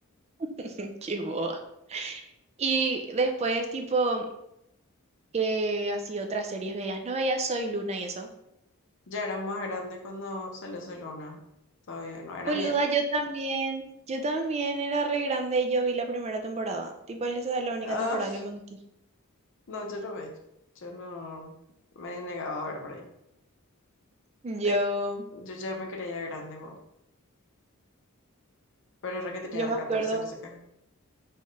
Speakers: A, on the right (about 30°); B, on the left (about 60°).
A: <laughs> Qué boba. Y después, tipo, que así otras series veías. No veías Soy Luna y eso.
B: Ya era más grande cuando salió su luna, todavía no era
A: Boluda,
B: mi época.
A: yo también. Yo también era re grande y yo vi la primera temporada. Tipo, esa es la única
B: Ah,
A: temporada que me gustó.
B: no, yo no vi, yo no, me negaba a ver por ahí.
A: Yo,
B: Es que yo ya me creía grande, wow, pero era que tenía
A: yo me
B: de 14,
A: acuerdo,
B: no sé qué.